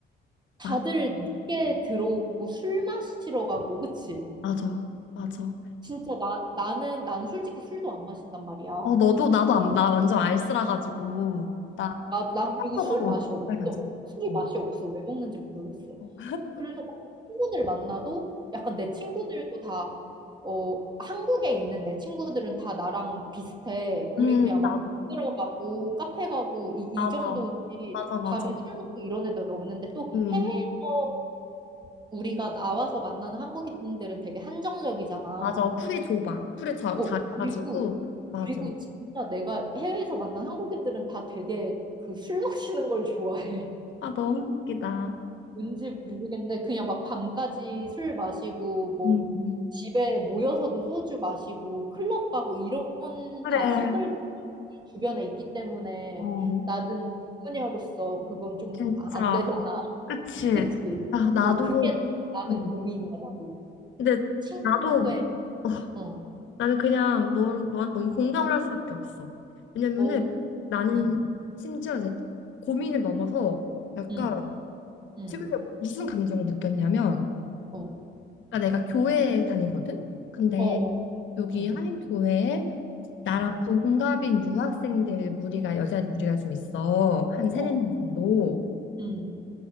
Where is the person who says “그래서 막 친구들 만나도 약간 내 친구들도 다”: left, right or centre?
Right